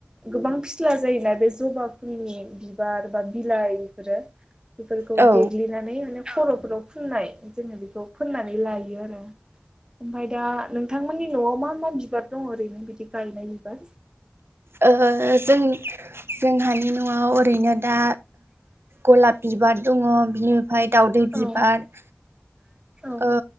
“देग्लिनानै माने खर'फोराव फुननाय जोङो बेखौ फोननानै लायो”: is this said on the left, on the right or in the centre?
Right